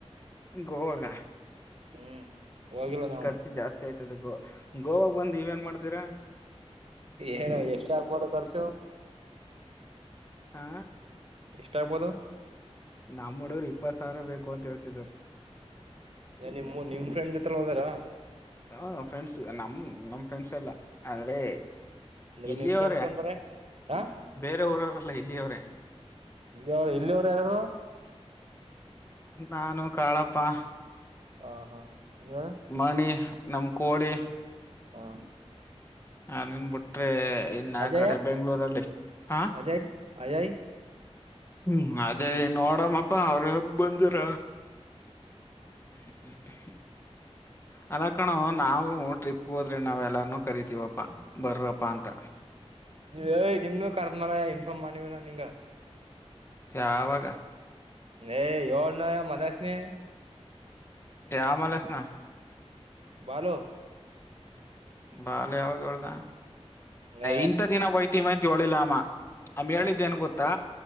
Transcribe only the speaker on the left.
ಗೋವಾನ
ಖರ್ಚು ಜಾಸ್ತಿ ಆಯ್ತದೆಬ್ರೋ, ಗೋವಾ ಗೋವಾಗ ಬಂದು ಇವೇನ್ ಮಾಡ್ತೀರಾ.
ಹಾ,
ನಮ್ಮ್ ಹುಡುಗರು ಇಪ್ಪತ್ ಸಾವಿರ ಬೇಕು ಅಂತ ಹೇಳ್ತಿದ್ದಾರೆ.
<unintelligible> ಹ ಫ್ರೆಂಡ್ಸ್ ನಮ ನಮ್ ಫ್ರೆಂಡ್ಸ್ ಎಲ್ಲಾ ಅಂದ್ರೆ
ಇಲ್ಲಿಯ
ಅವರೇ
ಬೇರೆ ಊರವರೆಲ್ಲ ಇಲ್ಲಿಯ ಅವರೆೇ
ನಾನು ಕಾಳಪ್ಪ
ಮಣಿ ನಮ್ಮ ಕೋಳಿ
ಅಲ್ಲಿನ್ ಬಿುಟ್ರೆ ಇನ್ ಆ
ಕಡೆ ಬೆಂಗ್ಳೂರಲ್ಲಿ ಹಾ
ಹ್ಮ್ ಅದೇ ನೋಡಮ್ಮಪ್ಪಾ ಅವ್ರ ಹಬ್ ಬಂದರ ಹ್ಮ ಹ್ಮ ಅಲ್ಲ ಕಣೋ ನಾವು ಟ್ರಿಪ್ಗೆ ಹೋದ್ರೆ ನಾವೆಲ್ಲಾರನ್ನೂ ಕರಿತೀವಪ್ಪಾ ಬರ್ರಪ್ಪಾ ಅಂತ
ಯಾವಾಗ
ಯ ಆಮಲೆಸ್ ನ
ಬಾಲ್ ಯಾವಾಗ ಹೇಳ್ದ
ಇಂತ ದಿನ ಹೊಯ್ತಿವಿ ಅಂತ ಹೇಳಿಲ್ಲ ಅವ ಆಮ
ಹೇಳಿದ್ದೇ ನ್ ಗೊತ್ತಾ